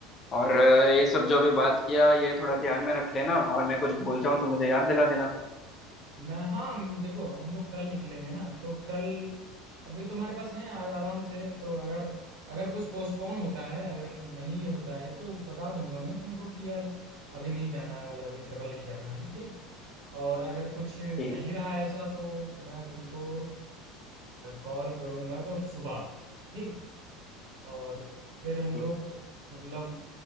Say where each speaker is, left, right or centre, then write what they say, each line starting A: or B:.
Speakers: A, on the left; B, on the right.
A: और अ, ये सब जो अभी बात किया ये थोड़ा ध्यान में रख लेना और मैं कुछ भूल जाऊं तो मुझे याद दिला देना
B: मैं हाँ हम- देखो हम लोग कल निकलेंगे ना तो कल अभी तुम्हारे पास है आराम से तो अगर अगर कुछ पोस्टपोन होता है अगर नहीं होता है तो बता दूंगा मैं तुमको कि यार अभी नहीं जाना है मतलब अभी ट्रेवल नहीं करना है ठीक और अगर कुछ नहीं
A: ठीक
B: रहा ऐसा तो मैं तुमको कॉल करूँगा कल सुबह ठीक और फिर हम
A: ठीक
B: लोग मतलब